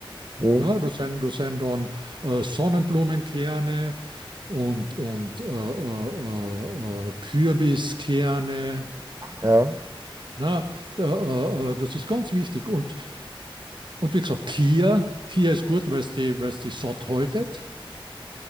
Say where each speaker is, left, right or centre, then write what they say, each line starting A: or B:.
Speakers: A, on the right; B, on the right.
A: immer.
B: Ne?
A: Hm,
B: Das sind, das sind dann äh, Sonnenblumenkerne und, und äh, äh, äh, äh, Kürbiskerne.
A: ja.
B: Ne? äh, äh, das ist ganz wichtig. Und, und wie gesagt, Kia, Kia ist gut, weil es die, weil es die satt haltet.